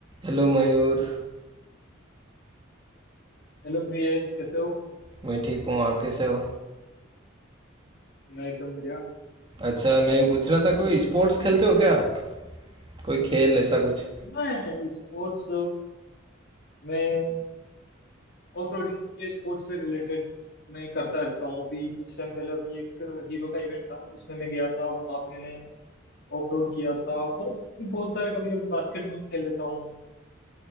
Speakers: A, on the right; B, on the left.
A: Hello Mayur
B: Hello Priyesh कैसे हो
A: मैं ठीक हूँ आप कैसे हो
B: मैं एकदम बढ़िया
A: अच्छा मैं यूँ पूछ रहा था कोई स्पोर्ट्स खेलते हो क्या आप कोई खेल ऐसा कुछ
B: मैं स्पोर्ट्स में ऑफ रोडिंग के स्पोर्ट्स से रिलेटेड मैं करता रहता हूँ अभी कुछ टाइम पहले अभी एक हीरो का इवेंट था उसमें मैं गया था वहाँ पे मैंने ऑफ रोड किया था और भी बहुत सारे कभी कभी बास्केटबॉल खेल लेता हूँ